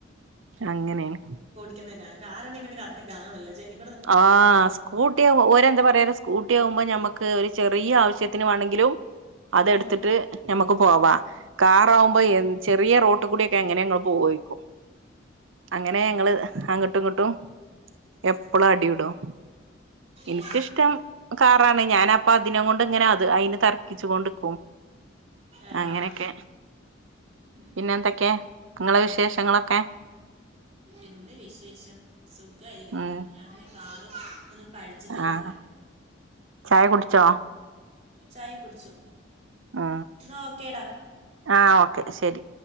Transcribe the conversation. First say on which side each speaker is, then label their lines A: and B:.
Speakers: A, on the right (about 75°); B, on the right (about 35°).
A: അങ്ങനെണ്.
B: ക്യുന്നെ കാണ കാറാണെ ങ്ങെനെ കറക്റ്റ് കാണുല്ല ജെനി
A: ആഹ് സ്കൂട്ടി ഒര് ന്താ പറയല്? സ്കൂട്ടിയാഉമ്പോ ഞമ്മക്ക് ഒരു ചെറിയ ആവശ്യത്തിന് വേണങ്കിലും അതെടുത്ത്ട്ട്
B: ഉം.
A: ഞമ്മക്ക് പോവാ. കാറവുമ്പോ
B: ഉം, ഉം,
A: എന് ചെറിയ റോട്ട് കൂടിക്കെ എങ്ങനെ ങ്ങള് പോവയ്ക്കും അങ്ങനെ ങ്ങള്
B: ഉം.
A: അങ്ങട്ട് ങ്ങട്ടും എപ്പളും അടി ഇടും എനിക്കിഷ്ടം
B: ഏ
A: കറാണ് ഞാന അപ്പ അതിനെ കൊണ്ട് ഇങ്ങനെ അത് അയിന് തർക്കിച് കൊണ്ട് ക്കും.
B: ആണോ
A: അങ്ങനെക്കെ
B: ഉം,
A: പിന്നെന്തൊക്കെ
B: ഉം.
A: ങ്ങളെ വിശേഷങ്ങളൊക്കെ?
B: എന്ത് വിശേഷം സുഖ യിരിക്ക്ന്നെടാ.
A: ഉം
B: ഞാൻ കാറ് നിന്നും പഠിച്ചിട്ടൊന്നുല്ല.
A: ആഹ് ചായ കുടിച്ചോ?
B: ചായ കുടിച്ചു.
A: ആ
B: എന്നാ ഓക്കേടാ
A: ആ ഓക്കെ ശെരി.